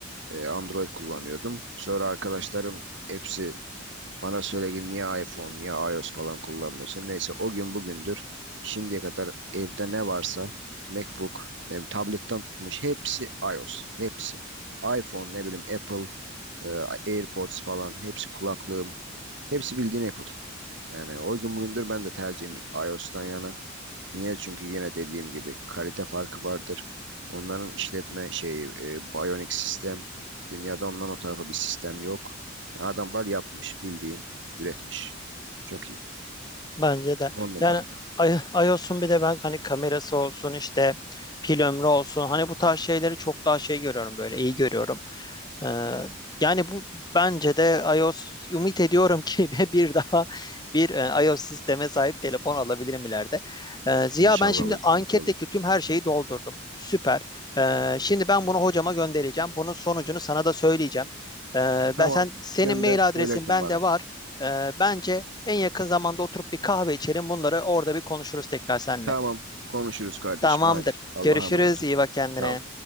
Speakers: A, on the right; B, on the left.
A: e, Android kullanıyordum. Sonra arkadaşlarım hepsi Bana söyle ki niye iPhone, niye iOS falan kullanmıyorsun? Neyse o gün bugündür şimdiye kadar evde ne varsa MacBook, ne bileyim, tabletten tutmuş hepsi iOS. Hepsi. iPhone, ne bileyim Apple, e, AirPods falan hepsi kulaklığım. Hepsi bildiğin Apple. Yani o gün bugündür ben de tercihim iOS'tan yana. Niye? Çünkü yine dediğim gibi kalite farkı vardır. Onların işletme şeyi, e, Bionic sistem. Dünyada ondan o tarafa bir sistem yok. Yani Adamlar yapmış, bildiğin üretmiş. Çok iyi.
B: Bence de.
A: On numara.
B: Yani I- iOS'un bir de ben hani kamerası olsun işte pil ömrü olsun hani bu tarz şeyleri çok daha şey görüyorum böyle iyi görüyorum. Ee, yani bu bence de iOS ümit ediyorum ki <laughs> bir daha bir e, iOS sisteme sahip telefon alabilirim ileride. Ee, Ziya
A: İnşallah
B: ben şimdi
A: alırsın,
B: anketteki
A: inşallah.
B: tüm her şeyi doldurdum. Süper. Ee, şimdi ben bunu hocama göndereceğim. Bunun sonucunu sana da söyleyeceğim. Ee,
A: Tamam,
B: ben sen senin
A: gönder,
B: mail adresin
A: söylersin
B: bende
A: bana.
B: var. Ee, bence en yakın zamanda oturup bir kahve içelim. Bunları orada bir konuşuruz tekrar seninle.
A: Tamam, konuşuruz kardeşim.
B: Tamamdır.
A: Haydi, Allah'a
B: Görüşürüz.
A: emanet
B: İyi
A: ol.
B: bak kendine.
A: Sağ ol.